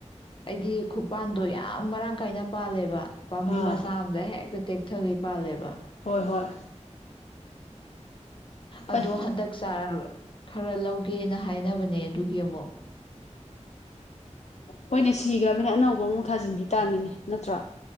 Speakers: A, on the left; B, on the left.
A: ꯍꯥꯏꯗꯤ ꯈꯨꯄꯥꯟꯗꯣ ꯌꯥꯝ ꯃꯔꯥꯡ ꯀꯥꯏꯅ ꯄꯥꯜꯂꯦꯕ ꯄꯥꯝꯕꯤ
B: ꯑꯥ
A: ꯃꯥꯁ ꯃꯆꯥꯝꯗ ꯍꯦꯛꯇ ꯇꯦꯛꯊꯈꯩ ꯄꯥꯜꯂꯦꯕ
B: ꯍꯣꯏ ꯍꯣꯏ
A: ꯑꯗꯣ
B: ꯑꯩ
A: ꯍꯟꯗꯛ ꯆꯥ ꯈꯔ ꯂꯧꯒꯦꯅ ꯍꯥꯏꯅꯕꯅꯦ ꯑꯗꯨꯒꯤ ꯑꯃꯨꯛ
B: ꯍꯣꯏꯅ ꯁꯤꯈ꯭ꯔꯃꯤꯅ ꯑꯅꯧꯕ ꯑꯃꯨꯛ ꯊꯥꯖꯤꯟꯕꯤ ꯇꯥꯃꯤꯅꯤ ꯅꯠꯇ꯭ꯔꯥ